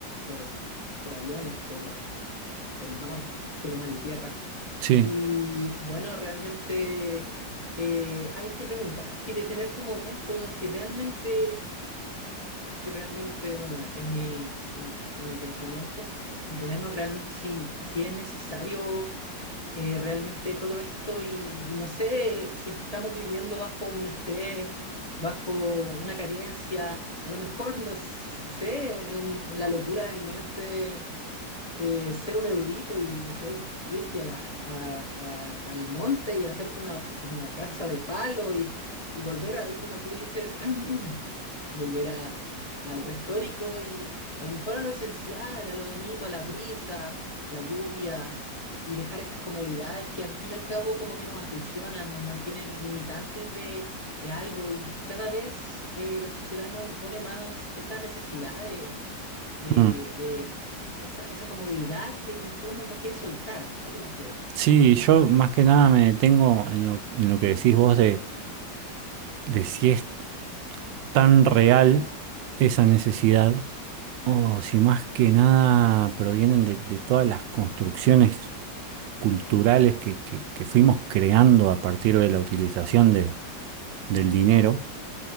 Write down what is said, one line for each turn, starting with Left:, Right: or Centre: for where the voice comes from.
Left: por, por aviones, por, por mar, cielo, mar y tierra.
Right: Sí.
Left: Y bueno, realmente eh, hay que preguntar si detenerse un momento, si realmente, si realmente, bueno, es mi, mi, es mi pensamiento, detenernos realmente si, si es necesario eh, realmente todo esto y, y no sé si estamos viviendo bajo un estrés, bajo una carencia, a lo mejor, <laughs> no sé, en, en la locura de mi mente eh, ser un erudito y, no sé, irte a- a- a- al monte y hacerte una, una casa de palo y, y volver ahí, como tú dices, <clears throat> volver a, a lo prehistórico y a lo mejor a lo esencial, a lo bonito, a la brisa, a la lluvia y dejar esas comodidades que al fin y al cabo como que nos aprisionan, nos mantienen limitantes de, de algo y cada vez eh, la sociedad nos impone más esa necesidad de de,
Right: Mm.
Left: de esa, esa comodidad que después uno no quiere soltar. ¿Qué opinas tú de eso?
Right: Sí, yo más que nada me detengo en lo, en lo que decís vos de, de si es tan real esa necesidad o si más que nada provienen de, de todas las construcciones culturales que, que- que fuimos creando a partir de la utilización de- del dinero.